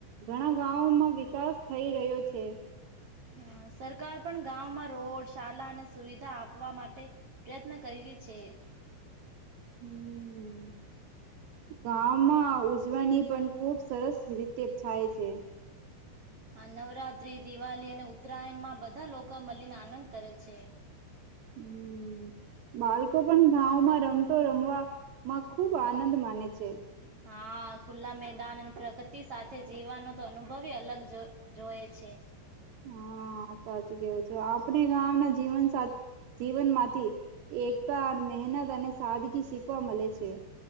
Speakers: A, on the right; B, on the right.
A: ઘણા ગામામોમાં વિકાસ થઈ રહ્યો છે.
B: હા સરકાર પણ ગામમાં રોડ શાલા અને સુવિધા આપવા માટે પ્રયત્ન કરી રહી છે.
A: હમ્મ. ગામમાં ઉજવણી પણ ખુબ સરસ રીતે થાય છે.
B: નવરાત્રી, દિવાળી અને ઉત્તરાયણ માં બધા લોકો મલીને આનંદ કરે છે.
A: હમ બાળકો પણ ગાઓમાં રમતો રમવામાં ખુબ આનંદ માને છે.
B: હા ખુલ્લા મેદાન અને પ્રગતિ સાથે જીવાનો તો અનુભવ અલગ જો જોએ છે.
A: હા સાચી કેવું છે આપણે ગામના જીવન સાથી જીવનમાંથી. એકતા, મહેનત અને સાદગી શીખવા મળે છે.